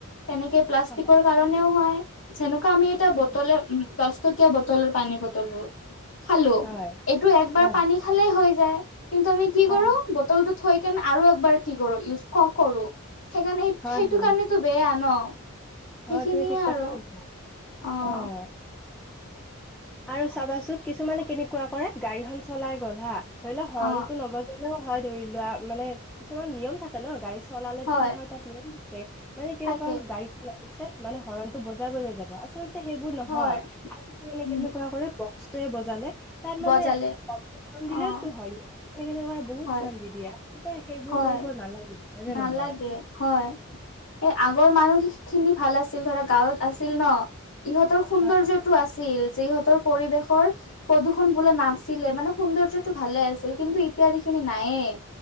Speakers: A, on the left; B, in the centre.
A: তেনেকে প্লাষ্টিকৰ
B: হয়
A: কাৰণেও হয়। যেনেকুৱা আমি এটা
B: হয়
A: বটলে উম দছ টকীয়া বটলৰ পানীৰ বটলবোৰ। খালো
B: হয়
A: এইটো একবাৰ
B: হয় হয়
A: পানী
B: হয়
A: খালে হৈ যায়। কিন্তু আমি কি
B: হয়
A: কৰোঁ? বটলটো থৈ কেনে আৰু একবাৰ কি কৰোঁ ইউজ ক কৰোঁ সেই সেইকাৰণে সেই
B: হয়
A: সেইটো
B: হয় হয়
A: কাৰণে সেইটো বেয়া ন? সেইখিনিয়ে
B: হয় তুমি ঠিক কথা
A: আৰু
B: কৈছা
A: অঁ।
B: অ আৰু চাবাচোন কিছুমানে কেনেকুৱা কৰে গাড়ীখন চলাই গ'ল হা ধৰি লোৱা হৰণটো
A: অ
B: নবজো হয় ধৰি লোৱা মানে কিছুমান নিয়ম থাকে ন? গাড়ী চলালেতো
A: হয়
B: নহয় তাত নিয়ম কে মানে কেনেকুৱা
A: থাকে
B: গাড়ীখন লাগিছে। মানে হৰণটো বজাই বজাই যাব। আচল লতে সেইবোৰ নহয়
A: হয়
B: মানে
A: উম
B: কেনেকুৱা কৰে বক্সটোৱে বজালে তাত
A: বজালে
B: মানে চাউন
A: অ।
B: দিলেওতো হয। <unintelligible> বহুত
A: হয়,
B: চাউণ্ দি দিয়া। তাতে সেইবোৰ
A: হয়,
B: কৰিব নালাগে। হয় নে
A: নালাগে।
B: নহয়
A: হয় এই আগৰ মানুহ খিনি ভাল আছিল ধৰা গাঁৱত আছিল ন। ইহঁতৰ সৌন্দৰ্যটো
B: হয়
A: আছিল যে ইহঁতৰ পৰিৱেশৰ প্ৰদূষণ। খন বোলো নাছিলে মানে সৌন্দৰ্যটো ভালে আছিল কিন্তু ইতয়াদিখিনি নায়েই।